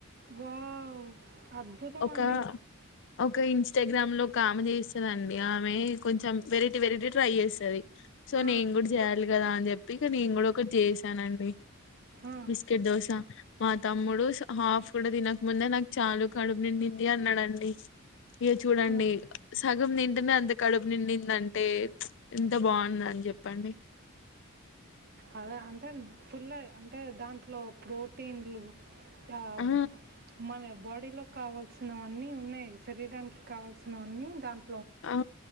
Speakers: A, on the right; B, on the left.
A: వావ్ అద్భుతమండి
B: ఒక ఒక ఇన్స్టాగ్రామ్ లో ఒక ఆమె చేస్ స్తదండి ఆమె కొంచెం వెరైటీ వెరైటీ ట్రై చేస్తది సో నేం
A: ఆ!
B: కూడా చేయాలి కదా అని చెప్పి ఇక నేన్ కూడ ఒకటి చేసానండి
A: ఆ!
B: బిస్కెట్ దోశ మా తమ్ముడు హాఫ్ కూడ తినకముందే నాకు చాలుూ కడుపు నిండింది అన్నాడండి ఇక చూడండి
A: ఆ!
B: సగం తింటేనే అంత కడుపు నిండిందంటే ఎంత బాగుందండి జెప్పండి
A: అదే అంటే ఫుల్ అంటే దాంట్లో ప్రోటీన్లు <unintelligible>
B: ఆ
A: మనె బాడీ లో కావల్సినవన్నీ ఉన్నాయి శరీరానికి కావల్సినవన్నీ దాన్
B: ఆ